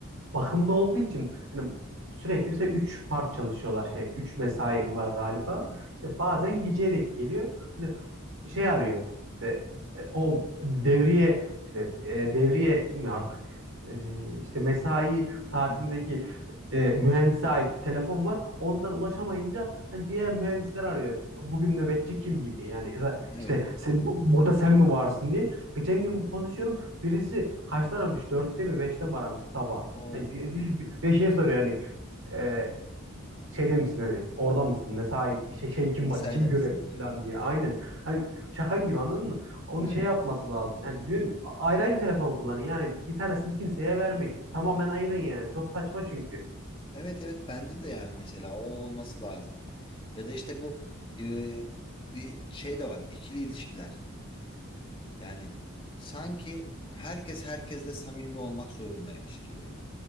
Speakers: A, on the right; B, on the left.
A: bakımda olduğu için hani sürekli mesela 3 part çalışıyorlar şey 3 mesai var galiba.
B: Hı hı.
A: İşte bazen geceye denk geliyor. Hani şey arıyor. İşte e, o devriye işte e, devriye mi artık E, işte mesai saatindeki
B: Hı hı.
A: e, mühendise ait bir telefon var. Ondan ulaşamayınca hani diğer mühendisler arıyor. Bugün nöbetçi kim gibi yani ya da işte
B: Evet.
A: sen- burada sen mi varsın diye. Geçen gün konuşuyorum. Birisi kaçta aramış? Dörtte mi beşte mi aramış sabah?
B: Oo,
A: Hani di- di- bir şey soruyor hani e, şeyde misin hani oradan mısın mesai şey, şey kim
B: mesaide
A: kim görevli
B: misin diyorsun.
A: falan diye aynen hani şaka gibi anladın mı onu
B: Evet.
A: şey yapması lazım yani diyorum ayrı ayrı telefon kullanın yani bir tanesini kimseye vermeyin tamamen ayırın yani çok saçma çünkü
B: Evet evet bence de yani mesela o olması lazım. Ya da işte bu e, bir şey de var. İkili ilişkiler. Yani sanki herkes herkesle samimi olmak zorundaymış gibi.